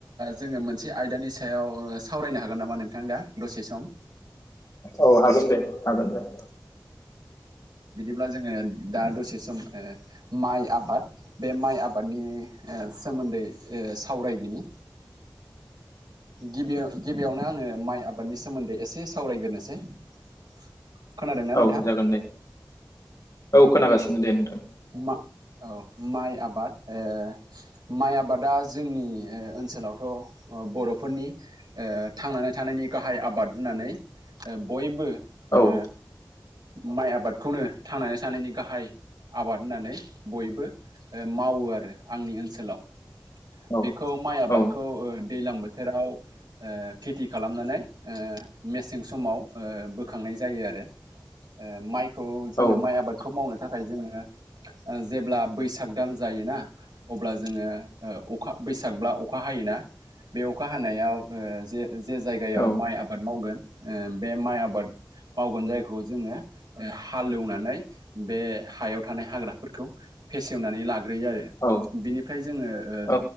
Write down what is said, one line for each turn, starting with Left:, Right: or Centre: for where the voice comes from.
Right: जोङो मोनसे आयदानि सायाव सावरायनो हागोन नामा नोंथां दा दसे सम?
Left: औ हागोन दे हागोन दे।
Right: बिदिब्ला जोङो दा दसे सम ओ माइ आबाद बे माइ आबादनि ओ सोमोन्दै ओ सावरायनि। गिबियाव गिबियावनो आङो माइ आबादनि सोमोन्दै एसे सावरायग्रोनोसै। <inaudible>
Left: औ
Right: नोंथां
Left: जागोन दे औ खोनागासिनो दे नोंथां।
Right: मा औ माइ आबाद ओ माइ आबादा जोंनि ओनसोलावथ' बर'फोरनि ओ थांनानै थानायनि गाहाय आबाद होननानै ओ बयबो ओ
Left: औ
Right: माइ आबादखौनो थांनानै थानायनि गाहाय आबाद होननानै बयबो मावो आरो आंनि ओनसोलाव।
Left: औ
Right: बेखौ माइ आबादखौ
Left: औ
Right: दैलां बोथोर बोथोराव ओ खेथि खालामनानै ओ मेसें समाव ओ बोखांनाय जायो आरो। आरो माइखौ जोङो
Left: औ
Right: माइ आबादखौ मावनो थाखाय जोङो ओ जेब्ला बैसाग दान जायोना? अब्ला ओ जोङो अखा ओ बैसागब्ला अखा हायोना? बे अखा हानायाव ओ जे जे जायगायाव
Left: औ
Right: माइ आबाद मावगोन ओ बे माइ आबाद मावगोन जायखौ जोङो ओ हालेवनानै बे हायाव थानाय हाग्राफोरखौ फेसेवनानै लाग ग्रोयो आरो
Left: औ
Right: बिनिफ्राय जोङो ओ
Left: औ